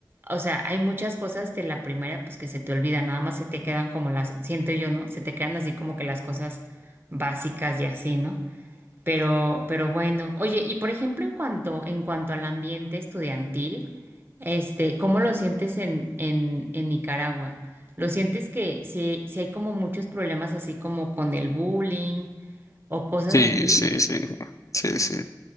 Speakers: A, on the right (about 30°); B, on the left (about 45°).
A: O sea, hay muchas cosas de la primaria pues que se te olvidan, nada más se te quedan como las, siento yo, ¿no? Se te quedan así como que las cosas básicas y así, ¿no? Pero, pero bueno, oye, y por ejemplo, en cuanto, en cuanto al ambiente estudiantil, este, ¿cómo lo sientes en, en, en Nicaragua? ¿Lo sientes que si, si hay como muchos problemas así como con el bullying o cosas
B: Sí,
A: así?
B: sí, sí, sí, sí.